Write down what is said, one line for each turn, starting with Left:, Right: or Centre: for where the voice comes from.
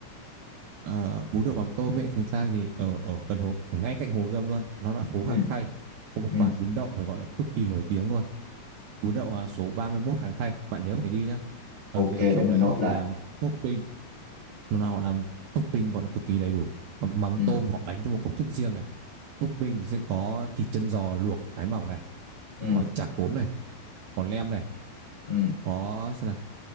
Right: Ờ, bún đậu mắm tôm ấy thực ra thì ở ở gần hồ ngay cạnh Hồ Gươm luôn nó là phố
Left: ừ
Right: Hàng Khay có một
Left: ừ
Right: quán bún đậu phải gọi là cực kỳ nổi tiếng luôn bún đậu à, số ba mươi 31 Hàng Khay bạn nhớ phải đi nhá ờ
Left: ok
Right: thì
Left: để
Right: ở trong
Left: mình
Right: đấy
Left: nốt
Right: họ
Left: lại
Right: làm topping nó là họ làm topping còn nó cực kỳ đầy đủ mắm
Left: ừ
Right: tôm họ đánh theo một công thức riêng này topping thì sẽ có thịt chân giò luộc thái mỏng này
Left: ừ
Right: có chả cốm này có lem này
Left: ừ
Right: có xem nào